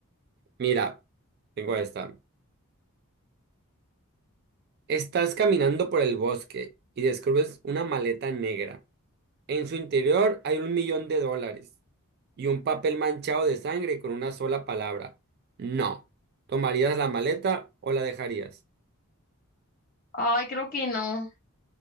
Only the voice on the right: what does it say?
Mira, tengo esta. Estás caminando por el bosque y descubres una maleta negra. En su interior hay un millón de dólares y un papel manchado de sangre con una sola palabra. No. ¿Tomarías la maleta o la dejarías?